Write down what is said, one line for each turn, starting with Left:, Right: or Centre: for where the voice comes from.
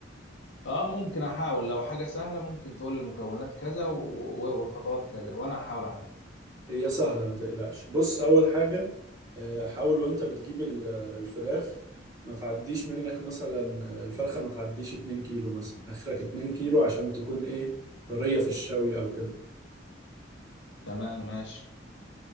Left: اه ممكن احاول لو حاجه سهله ممكن تقول لي المكونات كذا و... و... والخطوات كذا وانا هحاول اعملها
Right: هي سهلة ما تقلقش بص أول حاجة آه، حاول وأنت بتجيب ال- الفراخ ما تعديش منك مثلا آه، الفرخة ما تعديش 2 كيلو مثلا آخرك 2 كيلو عشان تكون إيه طرية في الشوي أو كده
Left: تمام ماشي